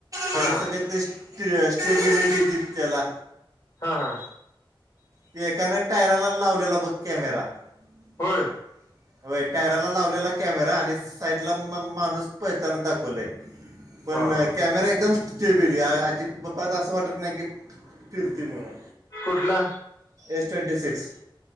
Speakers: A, on the right; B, on the left.
A: त्या
B: हा
A: स
B: हा
A: का ते. स्टे स्टेबिलीिटी तितला.
B: हा हा.
A: ते एकानं टायराला लावलेला बघ कॅमेरा. <inaudible>
B: होय
A: वय टायराला लावलेला कॅमेरा आणि साईडला माणूस. पडताना दाखवले पण
B: हा
A: कॅमेरा एकदम. ट बिली आजी बाप्प असं वाटत नाही की फिरती म्हणून.
B: कुठला?
A: Age twenty six.